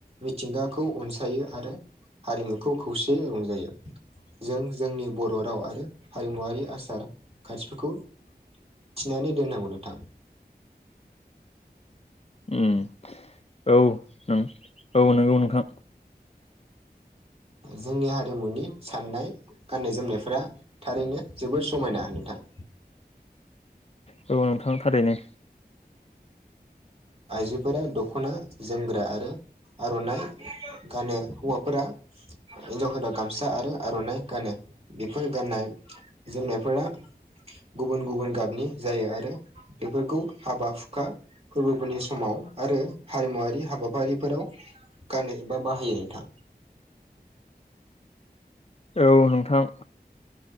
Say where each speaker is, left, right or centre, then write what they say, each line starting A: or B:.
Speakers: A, on the right (about 35°); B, on the left (about 40°).
A: मिथिंगाखौ अनसायो आरो हारिमुखौ खौसेै रंजायो। जों जोंनि बर' राव आरो हारिमुवारि आसार खान्थिफोरखौ थिनानै दोननांगौ नथां।
B: उम औ नों औ नंगौ नोंथां।
A: जोंनि हारिमुनि साननाय गाननाय जोमनायफोरा थारैनो जोबोर समायना नोंथां।
B: औबाव नोंथां थारैनो।
A: आइजोफोरा दख'ना जोमग्रा आरो आर'नाइ गानो हौवाफोरा हिन्जाव हिनाव गामसा आरो आर'नाइ गानो, बेफोर गाननाय जोमनायफोरा गुबुन गुबुन गाबनि जायो आरो बेफोरखौ हाबा हुखा गुबुननि समाव आरो हारिमुवारि हाबाफारिफोराव गानो एबा बाहाय न थां
B: औ नोंथां।